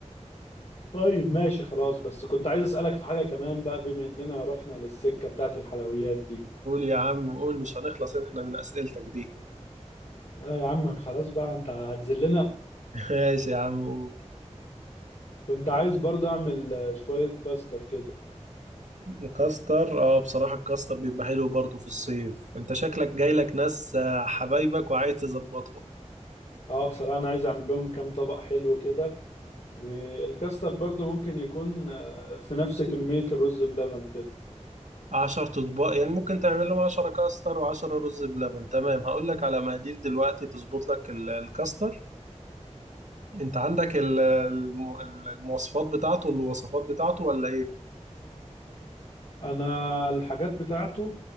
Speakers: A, on the left (about 65°); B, on the right (about 75°).
A: طيب ماشي خلاص بس كنت عايز اسألك في حاجة كمان بقى بما اننا رحنا للسكة بتاعت الحلويات دي
B: قول يا عم قول مش هنخلص احنا من اسئلتك دي
A: اه يا عم خلاص بقى انت هتذلنا
B: <laughs> ماشي يا عم قول.
A: كنت عايز برضه اعمل آه، شوية كاستر كده
B: مكستر اه بصراحة الكاستر بيبقى حلو برضه في الصيف انت شكلك جايلك ناس آه، حبايبك وعايز تظبطهم
A: اه بصراحة انا عايز اعمل لهم كام طبق حلو كده والكاستر برضه ممكن يكون آه، في نفس كمية الرز بلبن كده
B: عشر اطباق يعني ممكن تعمل لهم عشرة كاستر وعشرة رز بلبن تمام هقول لك على مقادير دلوقتي تظبط لك ال- الكاستر انت عندك ال- الم- المواصفات بتاعته الوصفات بتاعته ولا ايه
A: انا الحاجات بتاعته